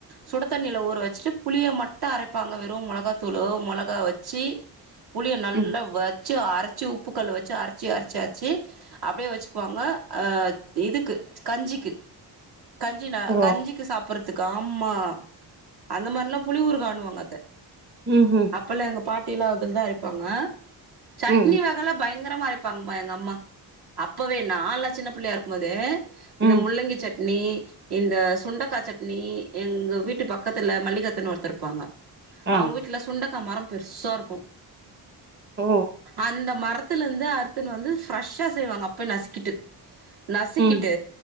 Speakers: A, on the right (about 65°); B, on the right (about 25°).
A: சுடு தண்ணியில ஊற வச்சுட்டு புளிய மட்டு அரப்பாங்க வெறு மொளகா தூளு மொளகா வச்சி புளிய நல்லா
B: ம்
A: வச்சு அரச்சி உப்புக்கல்ல வச் சு அரச்சி அரச்சி அரச்சி அப்டியே வச்சுக்குவாங்க இதுக்கு கஞ்சிக்கு கஞ்சினா
B: ஓ
A: கஞ்சிக்கு சாப் புறத்துக்கு ஆமா அந்த மாரில்லா புளி ஊருகாணுவாங்கத
B: ம் ம்
A: அப்பல்லா எங்க பாட்டியில அததா அரப்பாங்க சட்னி
B: ம்
A: வகல பயங் ரமா அரப்பாங்கப்பா எங்க அம்மா அப்பவே நாலா சின்ன பிள்ளயா இருக்கும் போதே இந்த
B: ம்
A: முள்ளங்கி சட் னி இந்த சுண்டக்கா சட்னி எங்க வீட்டு பக்கத்துல மல்லிகாத்தன்னு ஒருத்தருப்பாங்க
B: ஆ
A: அவங்க வீட்ல சுண்டக்கா மர பெருசா இருக்கும்
B: ஓ
A: அந்த மரத் துல இருந்து அருத்துனு வந்து ஃப்ரெஷ்ஷா செய்வாங்க அப்பய நசிக்கிட்டு நசிக்கிட்டு
B: ம்